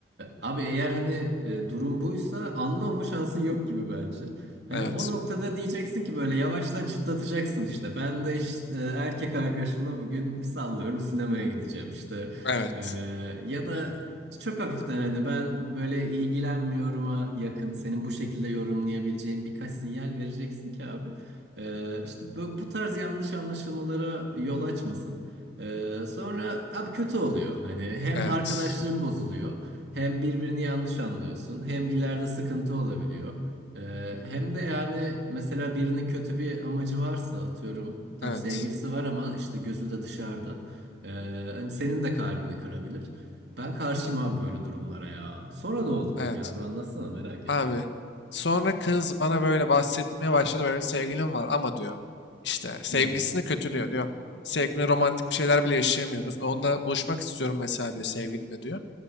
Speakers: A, on the right; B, on the left.
A: abi eğer hani e, durum buysa anlama şansın yok gibi bence. Hani
B: Evet,
A: o noktada diyeceksin ki böyle yavaştan çıtlatacaksın işte. Ben de işte, e, erkek arkadaşımla bugün sallıyorum sinemaya gideceğim işte.
B: evet,
A: Ee, ya da çok hafiften hani ben böyle ilgilenmiyorum'a yakın senin bu şekilde yorumlayabileceğin birkaç sinyal vereceksin ki abi. Ee, işte bu, bu tarz yanlış anlaşılmalara yol açmasın. Ee, sonra abi kötü oluyor. Hani hem
B: evet,
A: arkadaşlığın bozuluyor, hem birbirini yanlış anlıyorsun, hem ileride sıkıntı olabiliyor. Ee, hem de yani mesela birinin kötü bir amacı varsa atıyorum tam
B: evet,
A: sevgilisi var ama işte gözü de dışarıda. Ee, hani senin de kalbini kırabilir. Ben karşıyım abi böyle durumlara ya. Sonra ne oldu
B: evet.
A: peki abi anlatsana merak ettim.
B: Abi sonra kız bana böyle bahsetmeye başladı. Benim sevgilim var ama diyor. İşte sevgilisini
A: Hı hı.
B: kötülüyor diyor. Sevgilimle romantik bir şeyler bile yaşayamıyoruz. Onunla buluşmak istiyorum mesela diyor sevgilimle diyor.